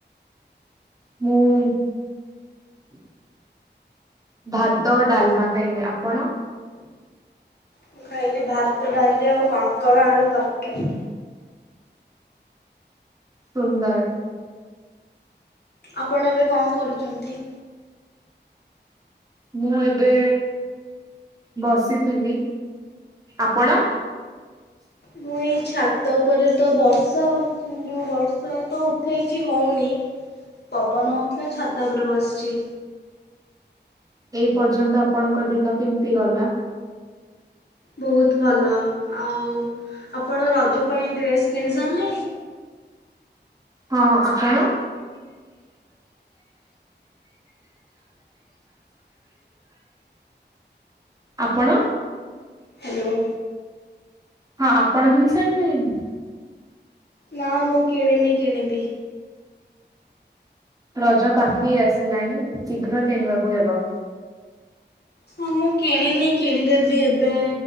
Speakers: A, on the right; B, on the left.
A: ମୁଁ ଭାତ ଡାଲମା ଖାଇଲି ଆପଣ
B: ମୁଁ ଖାଇଲି ଭାତ ଡାଲି ଆଉ କାଙ୍କଡ ଆଳୁ ତରକାରି।
A: ସୁନ୍ଦର।
B: ଆପଣ ଏବେ କଣ କରୁଚନ୍ତି।
A: ମୁଁ ଏବେ ବସିଥିଲି ଆପଣ
B: ମୁଁ ଏଇ ଛାତ ଉପରେ ତ ବର୍ଷା ଉଁ ଯୋଉ ବର୍ଷା ତ ଉଠେଇଚି ହଉନି। ପବନ ହଉଥିଲା ଛାତ ଉପରେ ବସିଛି।
A: ଏଇ ପର୍ଯ୍ୟନ୍ତ ଆପଣଙ୍କ ଦିନ କେମିତି ଗଲା।
B: ବହୁତ୍ ଭଲ ଆଉ ଆପଣ ରଜ ପାଇଁ ଡ୍ରେସ୍ କିଣି ସାରିଲେଣି।
A: ହଁ ଆପଣ ଆପଣ।
B: ହ୍ୟାଲୋ।
A: ହଁ ଆପଣଙ୍କ ଜିନିଷ ଆଣିଲୋ ନି?
B: ନା ମୁଁ କିଣିନି କିଣବି।
A: ରଜ ପାଖେଇ ଆସିଲାଣି ଶୀଘ୍ର କିଣିବାକୁୁ ହେବ।
B: ହଁ ମୁଁ କିଣିନି କିଣିଦେବି ଏବେ